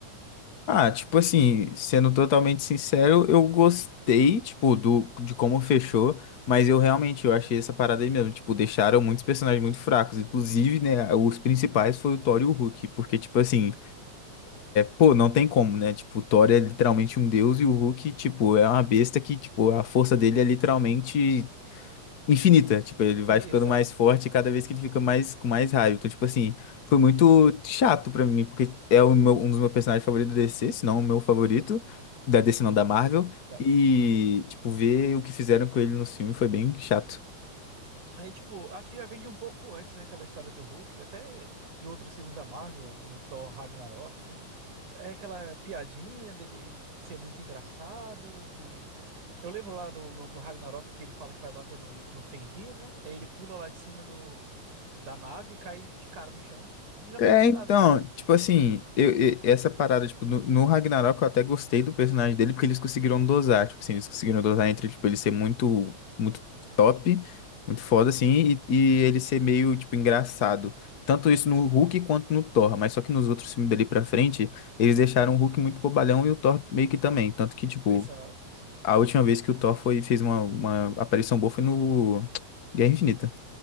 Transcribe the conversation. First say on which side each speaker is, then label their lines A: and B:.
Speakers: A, on the left (about 70°); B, on the right (about 85°).
A: Ah, tipo assim, sendo totalmente sincero, eu gostei, tipo, do, de como fechou, mas eu realmente, eu achei essa parada aí mesmo, tipo, deixaram muitos personagens muito fracos, inclusive, né, os principais foi o Thor e o Hulk, porque, tipo assim, Pô, não tem como, né? Tipo, o Thor é literalmente um deus e o Hulk, tipo, é uma besta que, tipo, a força dele é literalmente infinita. Tipo, ele
B: E-
A: vai ficando
B: Exato,
A: mais forte
B: exato.
A: cada vez que ele fica mais com mais raiva. Então, tipo assim, foi muito chato pra mim, porque é o meu- um dos meus personagens favoritos da DC, se não o meu favorito, da DC não,
B: Aham.
A: da Marvel.
B: Dá-
A: E,
B: Aham.
A: tipo, ver o que fizeram com ele no filme foi bem chato.
B: Aí, tipo, acho que já vem de um pouco antes, né? Aquela história do Hulk, até em outros filmes da Marvel, no Thor Ragnarok, né? É aquela piadinha dele ser muito engraçado, de... Eu lembro lá no, no, no Ragnarok que ele fala que vai bater no, no Fenrir, né? Aí ele pula lá de cima do, da nave, cai de cara no chão e, e não acontece
A: É, então,
B: nada, sabe?
A: tipo assim, eu, eu- essa parada, tipo, no, no Ragnarok eu até gostei do personagem dele, porque eles conseguiram dosar, tipo assim, eles conseguiram dosar entre, tipo, ele ser muito, muito top, muito foda, assim, e, e ele ser meio, tipo, engraçado. Tanto isso no
B: Sim,
A: Hulk
B: sim.
A: quanto no Thor, mas só que nos outros filmes dali pra frente, eles deixaram o Hulk muito bobalhão e o Thor meio que também. Tanto que, tipo,
B: Exato, sim.
A: a última vez que o Thor foi, fez uma, uma aparição boa foi no <tsk> Guerra Infinita.